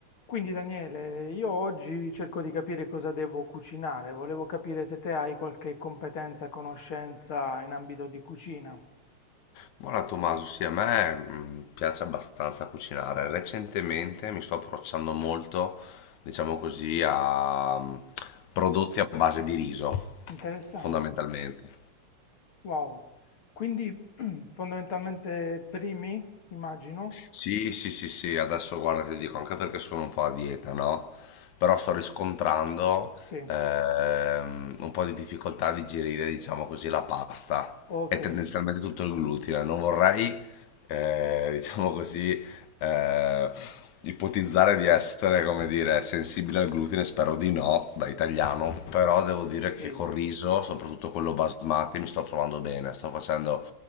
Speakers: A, on the left (about 45°); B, on the left (about 80°).
A: Quindi Daniele, io oggi cerco di capire cosa devo cucinare. Volevo capire se te hai qualche competenza, conoscenza in ambito di cucina.
B: Guarda Tommaso, sì, a me mh, piace abbastanza cucinare. Recentemente mi sto approcciando molto, diciamo così, a mh, prodotti a base di riso,
A: Interessante.
B: fondamentalmente.
A: Wow. Quindi <clears throat> fondamentalmente primi, immagino?
B: Sì, sì, sì, sì, adesso guarda, ti dico anche perché sono un po' a dieta, no? Però sto riscontrando
A: Sì.
B: ehm, un po' di difficoltà a digerire, diciamo così, la pasta
A: Ok,
B: e tendenzialmente tutto il glutine. Non vorrei, eh, <laughs> diciamo così, eh, ipotizzare di essere, come dire, sensibile al glutine, spero di no, da italiano, però devo dire che
A: sì.
B: col riso, soprattutto quello basmati, mi sto trovando bene, sto facendo